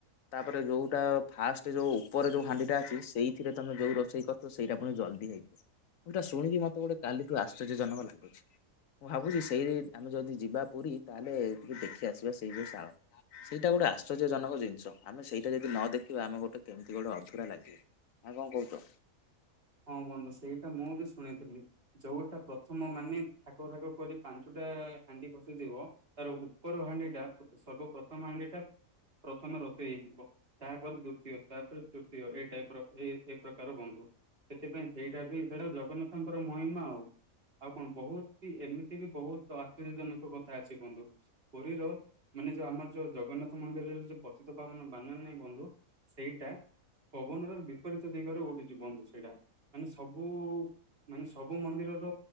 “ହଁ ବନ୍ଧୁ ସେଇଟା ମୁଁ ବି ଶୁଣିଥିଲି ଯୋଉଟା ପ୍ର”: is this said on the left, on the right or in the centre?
Right